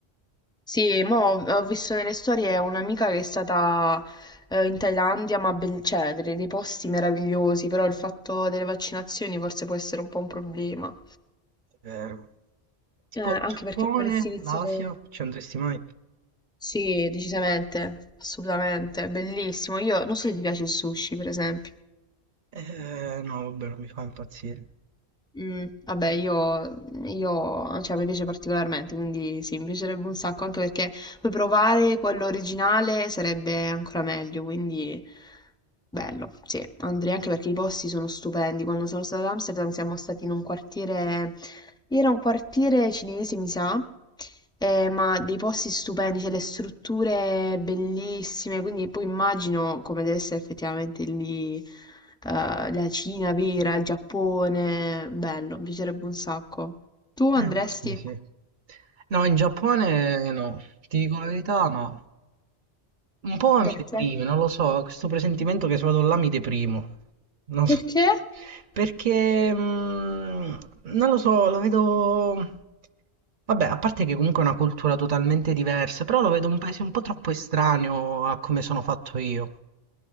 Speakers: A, in the centre; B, on the right.
A: Sì, ma ho, ho visto nelle storie un'amica che è stata eh, in Thailandia, ma ben, cioè, dei dei posti meravigliosi, però il fatto delle vaccinazioni forse può essere un po' un problema.
B: È vero. Tipo
A: Eh, anche
B: il Giappone,
A: perché dovresti iniziare...
B: l'Asia, ci andresti mai?
A: Sì, decisamente, assolutamente, bellissimo. Io non so se ti piace il sushi, per esempio.
B: Eh, no, vabbè, non mi fa impazzire.
A: Mm, vabbè, io, io, cioè, mi piace particolarmente, quindi sì, mi piacerebbe un sacco, anche perché poi provare quello originale sarebbe ancora meglio, quindi bello, sì, andrei anche perché i posti sono stupendi. Quando sono stata ad Amsterdam siamo stati in un quartiere era un quartiere cinese, mi sa, eh, ma dei posti stupendi, cioè le strutture bellissime, quindi poi immagino come deve essere effettivamente lì, eh, la Cina vera, il Giappone, bello, mi piacerebbe un sacco. Tu andresti?
B: Eh, caspita, sì. No, in Giappone no, ti dico la verità, no. Un po'
A: Perché?
B: mi deprime, non lo so, questo presentimento che se vado là mi deprimo. Non
A: Perché?
B: so. Perché mh, non lo so, lo vedo. Vabbè, a parte che comunque è una cultura totalmente diversa, però lo vedo un paese un po' troppo estraneo a come sono fatto io.